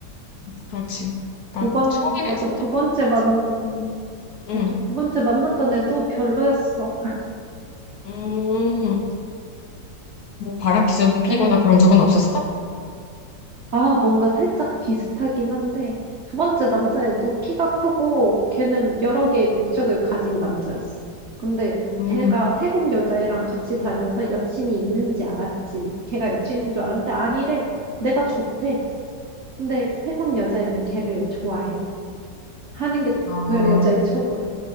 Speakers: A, on the left (about 70°); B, on the right (about 60°).
A: 그렇지. 막,
B: 두 번,
A: 추억이면서도
B: 맞아, 두
A: 하고,
B: 번째
A: 그렇지.
B: 만났던,
A: 응,
B: 맞아, 두 번째 만났던 애도 별로였어.
A: 음, 뭐 바람 피전- 피거나
B: 에,
A: 그런 적은 없었어?
B: 아, 뭔가 살짝 비슷하긴 한데, 두 번째 남자애도 키가 크고, 걔는 여러 개의 국적을 가진 남자였어. 근데
A: 음,
B: 걔가 태국 여자애랑 같이 다녀서 여친이 있는지 알았지. 걔가 여친인 줄 알았는데 아, 아니래. 내가 좋대. 근데 태국 여자애는 걔를 좋아해. 하는 게 딱
A: 아,
B: 보여, 여자애 촉으로.